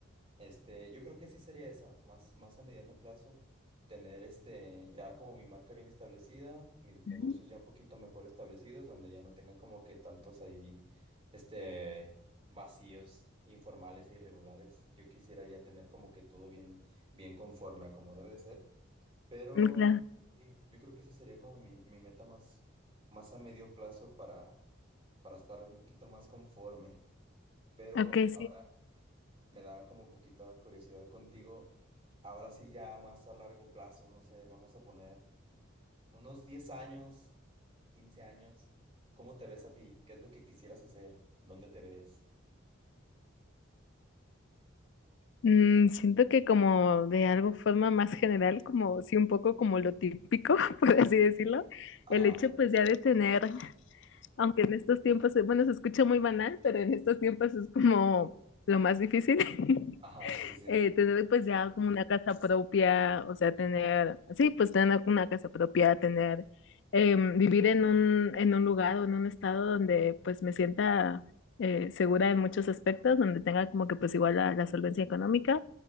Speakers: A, on the right; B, on the left.
A: este, yo creo que sí sería esa, más, más a mediano plazo, tener este, ya como mi marca bien establecida, mis negocios
B: Ujú,
A: ya un poquito mejor establecidos, donde ya no tenga como que tantos ahí, este, vacíos informales e irregulares. Yo quisiera ya tener como que todo bien, bien conforme a como debe de ser. Pero
B: Claro.
A: sí, yo creo que esa sería como mi, mi meta más, más a medio plazo para, para estar un poquito más conforme. Pero
B: Ok, sí.
A: ahora me da como poquita curiosidad contigo. Ahora sí, ya más a largo plazo, no sé, vamos a poner unos 10 años, 15 años. ¿Cómo te ves a ti? ¿Qué es lo que quisieras hacer? ¿Dónde te ves?
B: Mm, siento que como de algo forma más general, como sí, un poco como lo típico, <laughs> por así decirlo,
A: Ajá,
B: el hecho pues ya de tener, aunque en estos tiempos, bueno, se escucha muy banal, pero en estos tiempos es como lo más difícil. <laughs>
A: ajá, sí, sí, sí.
B: eh, tener pues ya como una casa propia, o sea, tener, sí, pues tener una casa propia, tener, eh, vivir en un, en un lugar o en un estado donde pues me sienta eh, segura en muchos aspectos, donde tenga como que pues igual la, la solvencia económica.